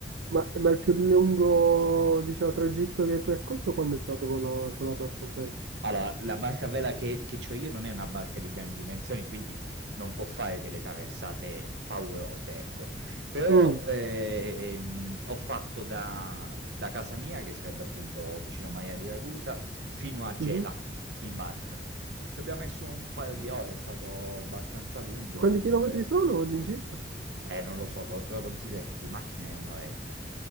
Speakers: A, on the right; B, on the right.
A: ma- ma il più lungo, diciamo, tragitto che hai percorso quando è stato con la, con la barcopelle?
B: Allora, la barca a vela che, che ho io non è una barca di grandi dimensioni, quindi non può fare delle traversate paurose, ecco. Però
A: Mm,
B: ehm, ho fatto da, da casa mia, che sarebbe appunto vicino a Maria di Ragusa, fino a Gela
A: mhm.
B: in barca. Ci abbiamo messo un paio di ore, è stato abbastanza lungo
A: Quanti
B: comunque.
A: chilometri sono all'incirca?
B: Eh, non lo so, co- però considera che di macchina è un'oretta.